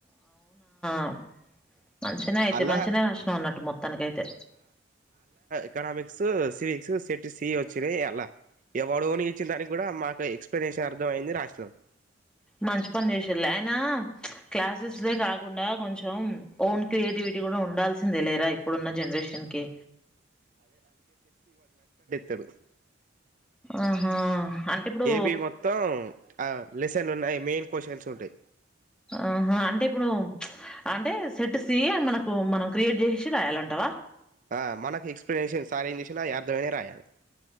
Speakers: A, in the centre; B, on the right.
A: అ మంచిన అయితే
B: అల్లా
A: మంచిన రాస్నావ్ అన్నట్టు మొత్తానికియితే
B: ఇకనోమిక్స్ సివిక్స్ సెట్ సి వచ్చినాయి అలా ఎవాడోని ఇచ్చిన దానికి కూడా మాకు ఎక్స్ ప్రదేశ అర్థంమయింది రాష్ట్రం
A: మంచి పని చేసిర్లే అయినా క్లాసెస్ దే కాకుండా కొంచెం ఓన్ క్రియేటివిటీ కూడా ఉండాల్సిందే లేరా ఇప్పుడున్న జనరేషన్ కి
B: తడు
A: ఆహా అంటే ఇప్పుడు
B: బి మొత్తం ఆ లెసన్లు ఉన్నాయి మెయిన్ క్వశ్చన్స్ ఉంటాయి.
A: ఆహా అంటే ఇప్పుడు ప్చ్ అంటే సెట్ సి అ మనకు మనం క్రియేట్ చేసి రాయాలంటావా.
B: ఆ మనకు ఎక్స్ప్లెనేషన్ సార్ ఏం చేసినా అర్థమైనావి రాయాలి.